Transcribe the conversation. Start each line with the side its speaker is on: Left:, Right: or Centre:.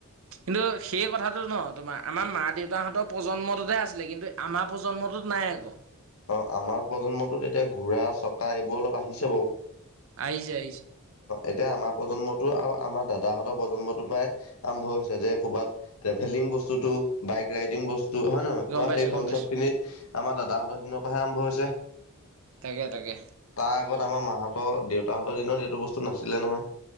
Right: কিন্তু সেই কথাটো ন তোমাৰ আমাৰ মা দেউতাহতৰ প্ৰজন্মটোহে আছিলে কিন্তু আমাৰ প্ৰজন্ম মটোত নাই আক
Left: অ আমাৰ প্ৰজন্মটোত এতিয়া ঘোঁৰা চকা এইবোৰ অলপ আহিছে বাও
Right: আহিছে আহিছ
Left: এতিয়া আমাৰ প্ৰজন্মটো আও আমাৰ দাদাহঁতৰ প্ৰজন্মটো পাই আৰম্ভ হৈছে যে ক'ৰবাত ট্ৰেভেলিং বস্তুটো বাইক ৰাইডিং বস্ ত হয় নহয়
Right: গম
Left: কোৱা
Right: পাইছো
Left: এই কনচেপ্ট
Right: গম পাইছো
Left: খিনি আমাৰ দাদাহঁতৰ দিনৰ পৰাহে আৰম্ভ হৈছে তাৰ
Right: তাকে তাকে
Left: আগত আমাৰ মাহতৰ দেউতাহতৰ দিনত এইটো বস্তু নাছিলে নহয়